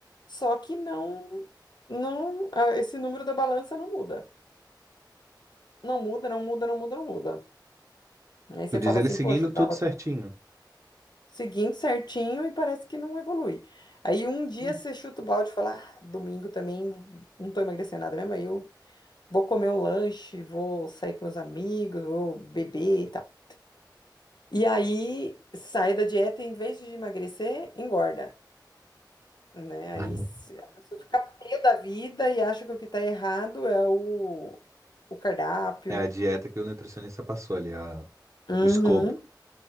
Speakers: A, on the left; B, on the right.
A: Só que não, não, ah, esse número da balança não muda. Não muda, não muda, não muda, não muda. Aí você
B: Tu diz
A: fala
B: ele
A: assim,
B: seguindo
A: poxa, eu
B: tudo
A: tava
B: certinho.
A: seguindo certinho e parece que não evolui. Aí um dia
B: Hum.
A: você chuta o balde e fala, ah, domingo também não tô emagrecendo nada mesmo, aí eu vou comer um lanche, vou sair com meus amigos, vou beber e tal. E aí sai da dieta e em vez de emagrecer, engorda. né? Aí
B: Uhum.
A: se- a pessoa fica pé da vida e acha que o que tá errado é o, o cardápio.
B: É a dieta que o nutricionista passou ali, a...
A: Uhum.
B: o escopo.